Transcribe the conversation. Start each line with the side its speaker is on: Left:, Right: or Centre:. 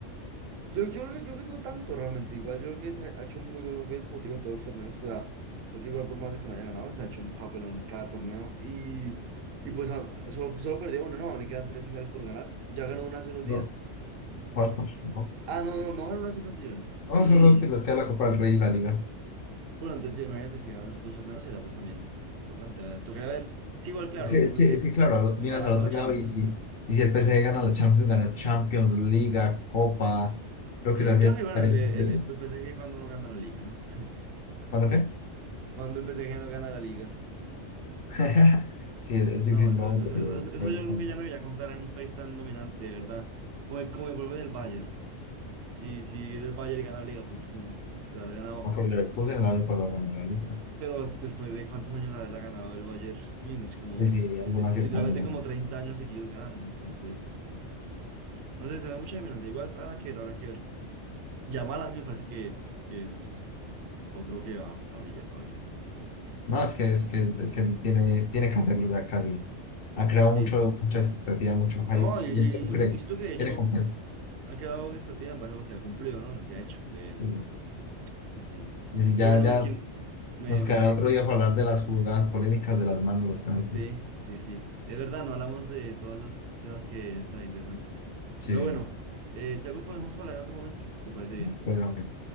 Right: Yo, yo, creo- yo creo que no tanto realmente. Igual yo creo que se ha hecho un muy buen papel, como te digo, en todos los torneos. O sea, yo creo que igual por más de que no haya ganado, se ha hecho un papel en cada torneo. Y, y pues a- solo, solo perdió uno, ¿no? Le quedan tres finales por ganar. Ya ganó una hace unos
Left: No,
Right: días.
Left: ¿cuál, cuál? No,
Right: Ah, no, no, no ganó una hace unos días.
Left: no,
Right: Sí.
Left: solo te les queda la Copa del Rey y la Liga.
Right: Bueno, antes, sí, imagínate, si ganan esos dos torneos, sería pues también importante. A ver, tocaría ver. Sí, igual, claro,
Left: Es que,
Right: uno
Left: es que,
Right: dice,
Left: es que, claro, al-
Right: comparada
Left: miras al
Right: con
Left: otro
Right: la Champions.
Left: lado y si, y si el PSG
Right: Sí, sí.
Left: gana la Champions, gana Champions, Liga, Copa,
Right: Sí,
Left: creo que se hacía
Right: creo
Left: el
Right: que bueno,
Left: tarea
Right: el, el,
Left: completo.
Right: el PSG cuando no gana la liga, ¿no? También.
Left: ¿Cuándo qué?
Right: Cuando el PSG no gana la liga.
Left: <laughs> Sí, es, es
Right: No,
Left: difícil,
Right: eso,
Left: ¿no?
Right: eso, eso,
Left: Pero,
Right: eso- eso
Left: pero
Right: yo
Left: no
Right: creo
Left: tanto.
Right: que ya no iría a contar en un país tan dominante, de verdad. Como, el- como el volver del Bayern. Si, si es del Bayern y gana la liga, pues como te has ganado.
Left: Aunque el Leverkusen el año pasado ganó la Liga.
Right: Pero después de cuántos años haberla ganado el Bayern Múnich, como
Left: Y si alguna
Right: lite-
Left: cierta
Right: literalmente
Left: no.
Right: como 30 años seguidos ganando. Entonces, no sé, se ve mucha dominancia. Igual, habrá que ver, habrá que ver. Yamal a mí me parece que, que es otro que va a brillar para mí. Es,
Left: No, es que, es que, es que tiene, tiene que hacerlo ya casi. Ha creado
Right: sí,
Left: mucho,
Right: sí.
Left: mucha expectativa, mucho hype.
Right: No, y,
Left: Y
Right: y-
Left: él te cree,
Right: y siento, y siento que de hecho
Left: tiene confianza.
Right: ha creado expectativa en base a lo que ha cumplido, ¿no? Lo que ha hecho de bien.
Left: Sí.
Right: Sí, sí.
Left: Y si ya,
Right: Pero bueno,
Left: ya
Right: a ver quién me,
Left: nos
Right: me...
Left: quedará otro día para hablar de las jugadas polémicas de las manos, los penaltis.
Right: Sí, sí, sí. Es verdad, no hablamos de todos esos temas que eran tan interesantes.
Left: Sí,
Right: Pero bueno,
Left: sí.
Right: eh, si algo podemos hablar en otro momento, si te parece bien.
Left: Bueno,